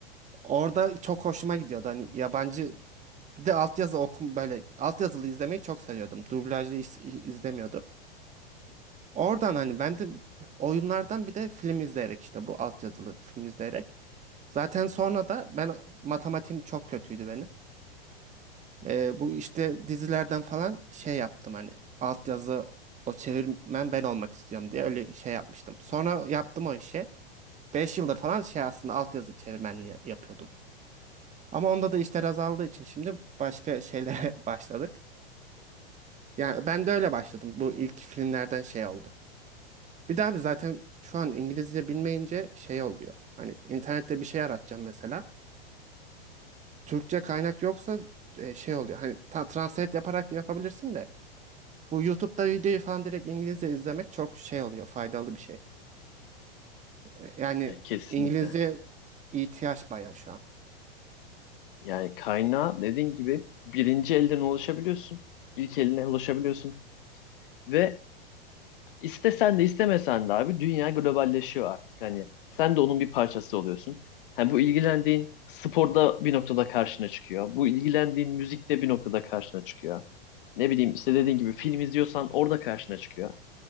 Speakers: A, on the right (about 25°); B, on the left (about 60°).
A: Orada çok hoşuma gidiyordu. Hani yabancı bir de altyazı okum böyle altyazılı izlemeyi çok seviyordum. Dublajlı iz- izlemiyordum. Oradan hani ben de oyunlardan bir de film izleyerek işte bu altyazılı film izleyerek Zaten sonra da ben matematiğim çok kötüydü benim. Ee, bu işte dizilerden falan şey yaptım hani altyazı o çevirmen ben olmak istiyorum diye öyle şey yapmıştım. Sonra yaptım o işi. 5 yıldır falan şey aslında altyazı çevirmenliği yap- yapıyordum. Ama onda da işler azaldığı için şimdi başka şeylere <laughs> başladık. Yani ben de öyle başladım. Bu ilk filmlerden şey oldu. Bir daha bir zaten şu an İngilizce bilmeyince şey oluyor. Hani internette bir şey aratacağım mesela. Türkçe kaynak yoksa e, şey oluyor. Hani ta- translate yaparak yapabilirsin de. Bu YouTube'da videoyu falan direkt İngilizce izlemek çok şey oluyor. Faydalı bir şey. E, Yani
B: Ya kesinlikle.
A: İngilizce ihtiyaç bayağı şu an.
B: Yani kaynağa dediğin gibi birinci elden ulaşabiliyorsun. ilk eline ulaşabiliyorsun. Ve İstesen de istemesen de abi dünya globalleşiyor artık. Hani sen de onun bir parçası oluyorsun. Hani bu ilgilendiğin sporda bir noktada karşına çıkıyor. Bu ilgilendiğin müzikte bir noktada karşına çıkıyor. Ne bileyim işte dediğin gibi film izliyorsan orada karşına çıkıyor.